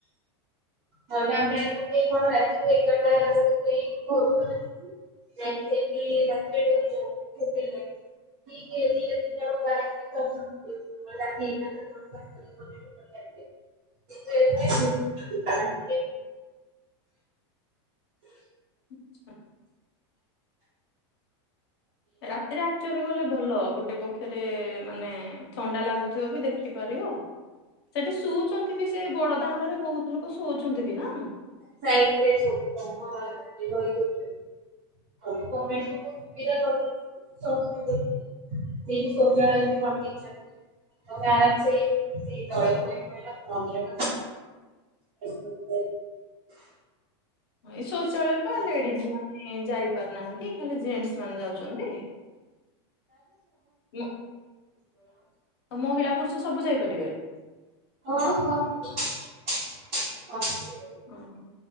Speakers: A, on the right; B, on the left.
A: ନହେଲେ ଆମେ କେହି କଣ ରାତିରୁୁ ଏଗାରଟାଳୁ କେହି ଘରୁ ଯାଇଁକି ସେଇଠି ରାତିରେ ରହିଲୁ ହୋଟେଲେରେ। ଠିକ୍ ଦିଟା ତିନିଟା ବେଳୁ ବାହାରିଲୁ <unintelligible> କିନ୍ତୁ ଏବେ <unintelligible>
B: ଆଛା। ରାତିରେ ଆକ୍ଚୁଆଲି ଗଲେ ଭଲ ଗୋଟେ ପକ୍ଷରେ ମାନେ ଥଣ୍ଡା ଲାଗୁଥିବ ବି ଦେଖିପାରିବ ସେଠି ଶଉଛନ୍ତି ବି ସେ ବଡ ଦାଣ୍ଡରେ ବହୁତ ଲୋକ ଶୋଉଚନ୍ତି ବି, ନା?
A: ସାଇଟ୍ ରେ ଯୋଉ ତମର <unintelligible> କମେ ସେଠି ସୌଚାଳୟ ବି କରିଦେଇଚନ୍ତି। ତାପରେ ଅରାମସେ ସେଇ ତଳେ ଶୋଇପଇଲ, ମନ୍ଦିର <unintelligible>
B: ଏ ଶୌଚାଳୟ ବା ଲେଡିଜ ମାନେ ଯାଇପାରୁନାହାନ୍ତି, ଖାଲି ଜେଣ୍ଟସ ମାନେ ଯାଉଚନ୍ତି। ମ ମହିଳା, ପୁରୁଷ ସବୁ ଯାଇପାରିବେ।
A: ହଉ ହଉ <unintelligible>
B: ଓହୋ,